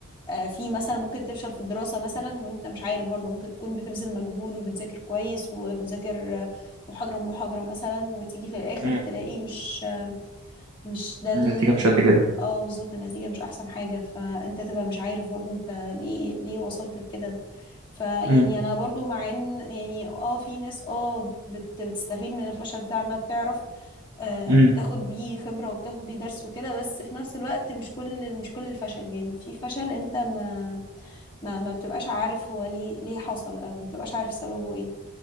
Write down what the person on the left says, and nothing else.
آه، في مثلا ممكن تفشل في الدراسة مثلا وانت مش عارف برضه ممكن تكون بتبذل مجهود وبتذاكر كويس وبتذاكر آه، محاضرة بمحاضرة مثلا وتيجي في الآخر
تلاقي مش مش ده ال...
اه بالظبط النتيجة مش أحسن حاجة فأنت تبقى مش عارف برضو أنت ليه ليه وصلت لكده فيعني
أنا برضو مع إن يعني اه في ناس اه بت... بتستفيد من الفشل بتاع إنها بتعرف آه
بتاخد بيه خبرة وبتاخد بيه درس وكده بس في نفس الوقت مش كل مش كل الفشل يعني في فشل أنت ما ما, ما بتبقاش عارف هو ليه ليه حصل أو ما بتبقاش عارف سببه إيه